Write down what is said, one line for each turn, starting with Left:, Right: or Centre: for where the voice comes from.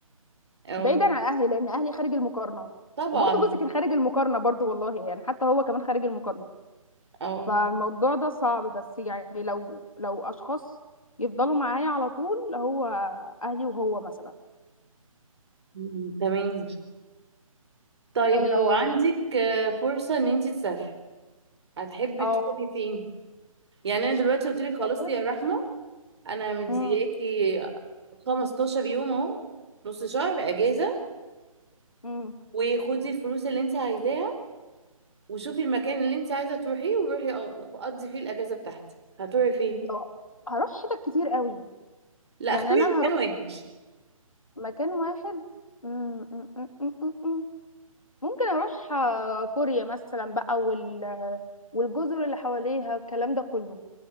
Right: اه
Left: بعيدا عن اهلي لان اهلي خارج المقارنه
Right: طبعا
Left: وبرضه جوزي كان خارج المقارنه برضه والله يعني حتى هو كمان خارج المقارنه
Right: اه
Left: فالموضوع ده صعب بس يعني لو لو اشخاص يفضلوا معايا على طول هو اهلي وهو مثلا
Right: مم. تمام طيب
Left: آه،
Right: لو عندك آه، فرصة ان انت تسافري هتحبي
Left: اه
Right: تروحي فين يعني انا دلوقتي قلت
Left: مسافر
Right: لك خلاص يا رحمة انا مدياكي
Left: امم
Right: 15 يوم اهو نص شهر اجازة
Left: امم
Right: وخدي الفلوس اللي انت عايزاها وشوفي المكان اللي انت عايزة تروحيه وروحي أ- قضي فيه الاجازة بتاعتك هتروحي فين
Left: لو هروح حتت كتير قوي
Right: لا
Left: يعني
Right: اختاري
Left: انا
Right: مكان
Left: هروح
Right: واحد
Left: مكان واحد مم، مم، مم، مم، مم، مم. ممكن اروح آه، كوريا مثلا بقى وال والجزر اللي حواليها الكلام ده كله